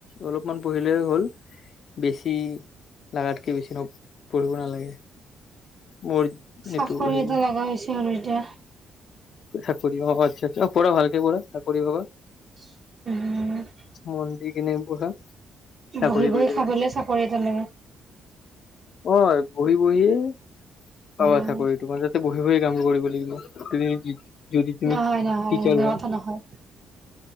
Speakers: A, on the left (about 60°); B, on the right (about 45°).
A: অলপমান পঢ়িলে হ'ল। বেছি লগাত কে বেছিন পঢ়িব নালাগে মোৰ
B: চাকৰি
A: এইটো হেৰি
B: এটা লগা হৈছে আৰু এতিয়া
A: চাকৰি অ আচা আচা অ পঢ়া ভালকে পঢ়া চাকৰি পাবা
B: উম
A: মন্দি কিনে পঢ়া চাকৰি
B: বহি বহি
A: পাই যাবা
B: খাবলে চাকৰি এটা লাগে
A: অ বহি বহিয়ে পাবা
B: উম
A: চাকৰি টো তোমাৰ যাতে বহি বহি মকৰিব লাগিবমি যদি তুমি
B: নহয়
A: টিকাৰ
B: নহয় এনে
A: হয়
B: কথা নহয়